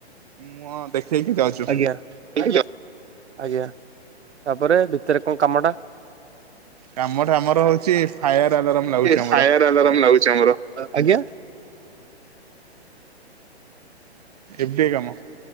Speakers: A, on the right (about 35°); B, on the right (about 80°).
A: ମୁଁ ଦେଖେଇକି ଯାଉଚୁ।
B: ଆଜ୍ଞା। ଆଜ୍ଞା। ତାପରେ ଭିତରେ କଣ କାମ ଟା?
A: କାମଟା ଆମର ହଉଚି ଫାୟାର ଆଲାରାମ ଲାଗୁଛି
B: ଫାୟାର
A: ଆମର
B: ଆଲାରାମ ଲାଗୁଛି ଆମର। ଆଜ୍ଞା।
A: ଏମିତିଆ କାମ।